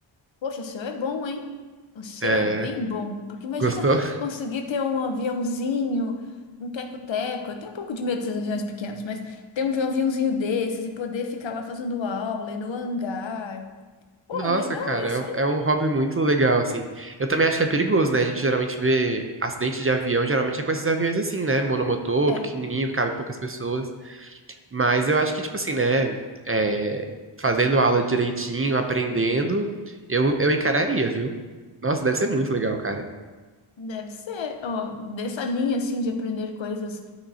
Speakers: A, on the left (about 65°); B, on the right (about 25°).
A: Poxa, o seu é bom, hein? O seu
B: É.
A: é bem bom. Porque imagina
B: Gostou?
A: conseguir ter um aviãozinho, um teco-teco. Eu tenho um pouco de medo desses aviões pequenos, mas ter um aviãozinho desses e poder ficar lá fazendo aula e no hangar. Pô,
B: Nossa,
A: legal
B: cara,
A: esse, hein?
B: é é um hobby muito legal, assim. Eu também acho que é perigoso, né? A gente geralmente vê acidente de avião, geralmente é com esses aviões assim, né? Monomotor,
A: É,
B: pequenininho, que cabe poucas pessoas. Mas eu acho que, tipo assim, né? É, fazendo aula direitinho, aprendendo, eu, eu encararia, viu? Nossa, deve ser muito legal, cara.
A: deve ser. Ó, dessa linha, assim, de aprender coisas